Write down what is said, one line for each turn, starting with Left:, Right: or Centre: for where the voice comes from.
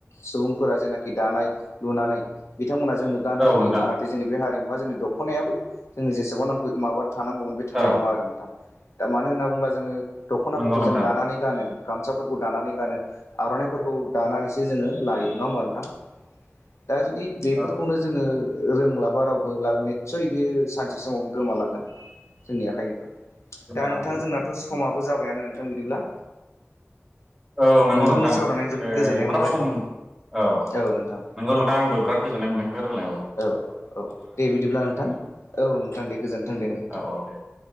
Left: सुबुंफोरा जेनाखि दानाय लुनानै बिथांमोना जोंनो गान हो
Centre: औ
Left: फैयोबा
Centre: नोंथां
Left: नाथाय जोंनि बे हारिमुवा जोंनि दखनायाबो जोंनि जेसेबां नांगौ माबा थानांगौमोन बे थानाय
Centre: औ
Left: नङा आरो नोंथां। दा मानो होनना बुंब्ला जोङो दखनाफोरखौ
Centre: नंगौ नोंथां
Left: जों दानानै गानो गामसाफोरखौ दानानै गानो आर'नाइफोरखौ दानानैसो जोङो लायो नङा होमबा नोंथां। दा जुदि बेफोरखौनो
Centre: औ
Left: जोङो रोंलाबारावबो लागनि निस्सय बे सानसे समाव गोमालांगोन जोंनि आखाइनिफ्राय।
Centre: गोमालांनो
Left: दा नोंथां
Centre: नांगौ
Left: जोंनाथ' समाबो
Centre: जेब्ला
Left: जाबायानो नोंथां बिदिब्ला।
Centre: औ नंगौ
Left: नोंथांजों
Centre: नोंथां
Left: सावरायनानै जोबोद
Centre: ओ
Left: गोजोननाय
Centre: एफाराब
Left: मोनबाय
Centre: सम औ
Left: औ नोंथां
Centre: नंगौ नोंथा। आंबो बिराद गोजोननाय मोनदों नोंथांनि रायलायनायखौ।
Left: औ औ औ दे बिदिब्ला नोंथां। औ नोंथां दे गोजोनथों दे नोंथां।
Centre: औ औ दे दे